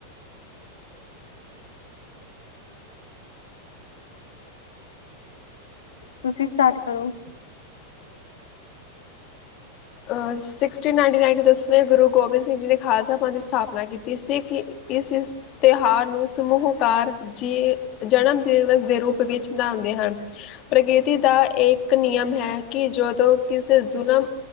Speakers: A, on the left; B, on the left.
A: ਤੁਸੀਂ ਸਟਾਰਟ ਕਰੋ?
B: ਅਹ ਗੁਰੂ ਗੋਬਿੰਦ ਸਿੰਘ ਜੀ ਨੇ ਖਾਲਸਾ ਪੰਥ ਦੀ ਸਥਾਪਨਾ ਕੀਤੀ ਸੀ, ਸਿੱਖ ਇਸ ਤਿਉਹਾਰ ਨੂੰ ਸਮੂਹਕਾਰ ਜੀ ਜਨਮ ਦਿਨ ਦੇ ਰੂਪ ਵਿੱਚ ਮਨਾਉਂਦੇ ਹਨ, ਪ੍ਰਗਿਰਤੀ ਦਾ ਇੱਕ ਨਿਯਮ ਹੈ, ਕਿ ਜਦੋਂ ਕਿਸੇ ਜ਼ੁਲਮ?